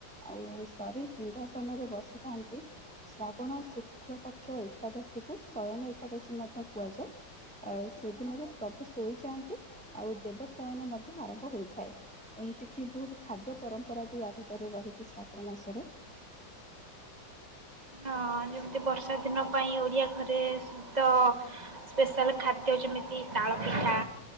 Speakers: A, in the centre; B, on the right.
A: ଆଉ ସରି ସିଂହାସନ ରେ ବସିଥାନ୍ତି। ଶ୍ରାବଣ ଶୁକ୍ଳ ପକ୍ଷ ଏକାଦଶୀକୁୁ ଶୟନ ଏକାଦଶୀ ମଧ୍ୟ କୁହାଯାଏ। ଅ ସେଦିନରୁ ପ୍ରଭୁ ଶୋଇଯାଆନ୍ତି ଆଉ ଦେବ ଶୟନ ମଧ୍ୟ ଆରମ୍ଭ ହୋଇଥାଏ। ଏମିତି କି ବହୁତ ଖାଦ୍ୟ ପରମ୍ପରା ବି ୟା ଭିତରେ ରହିଛି ଶ୍ରାବଣ ମାସରେ।
B: ହଁ ଯେମିତି ବର୍ଷା ଦିନ ପାଇଁ ଓଡିଆ ଘରେ ବି ତ ସ୍ପେଶାଲ ଖାଦ୍ୟ ଦ୍ୟ ଯେମିତି ତାଳ ପିଠା।